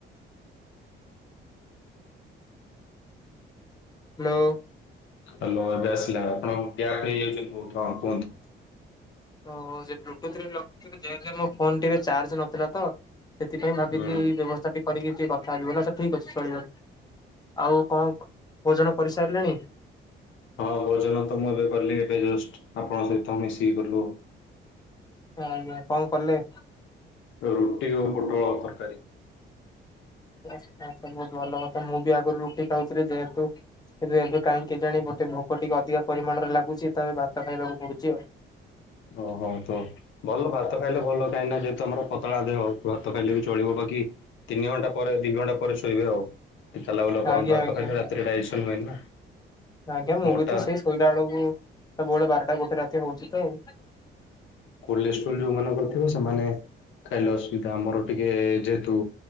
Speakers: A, on the left; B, on the left.
A: ହାଲୋ।
B: ହାଲୋ ଏବେ ଆସିଲା ଆପଣଙ୍କର ପ୍ୟାକ ହେଇଯାଉଚି ବୋହୁତ ହଁ କୁହନ୍ତୁ।
A: ଓହୋ ସେ ବ୍ଲୁଟୁଥରେ ଲଗେଇଥିଲି ଯେହେତୁ ଏ ମୋ ଫୋନ ଟିକେ ଚାର୍ଜ ନଥିଲା ତ। ସେଥିପାଇଁ ଭାବିଲି
B: ହୁଁ
A: ଏଇ ବ୍ୟବସ୍ତାଟି କରିକି ଟିକେ କଥା ହେବି ବୋଲି ସେ ଠିକ ଅଛି ଚଳିବ ଆଉ କଣ ଭୋଜନ କରିସାରିଲେଣି?
B: ହଁ ଭୋଜନ ତ ମୁଁ ଏବେ କଲି ଏବେ ଜଷ୍ଟ୍ ଆପଣଙ୍କ ସହିତ ମିଶିକି କଲୁ ଆଉ।
A: ଆଜ୍ଞା କଣ କଲେ?
B: ରୁଟି ଓ ପୋଟଳ ତରକାରୀ।
A: ଆଛ ଆଛା ବୋହୁତ ଭଲ କଥା ମୁଁ ବି ଆଗରୁ ରୁଟି ଖାଉଥିଲି ଯେହେତୁ ଏବେ ଏବେ କାହିଁକି କେଜାଣି ଗୋଟେ ଭୋକ ଟିକେ ଅଧିକା ପରିମାଣରେ ଲାଗୁଚି ତ ଏବେ ଭାତ ଖାଇବାକୁ ପଡୁଚି ଆଉ।
B: ଓହୋ ତ ଭଲ ଭାତ ଖାଇଲେ ଭଲ କାହିଁକିନା ଯେହେତୁ ତମର ପତଳା ଦେହ। ଭାତ ଖାଇଲେ ବି ଚଳିବ ବାକି ତିନିଘଣ୍ଟା ପରେ ଦିଘଣ୍ଟା ପରେ ଶୋଇବେ ଆଉ। ଏ ଚଲାବୁଲା କରନ୍
A: ଆଜ୍ଞା
B: ଭାତ
A: ଆଜ୍ଞା
B: ଖାଇଲେ ରାତିରେ ଡାଇଜେସନ୍ ହୁଏନି ନା।
A: ଆଜ୍ଞା ମୁଁ
B: ମୋଟା
A: ବି ତ ସେଇ ଶୋଇଲା ବେଳକୁ ସବୁବେଳେ ବାରଟା ଗୋଟେ ରାତି ହୋଉଚି ତ ଆଉ।
B: କୋଲେଷ୍ଟ୍ରୋଲ ଯୋଉମାନଙ୍କର ଥିବ ସେମାନେ ଖାଇଲେ ଅସୁବିଧା ଆମର ଟିକେ ଯେହେତୁ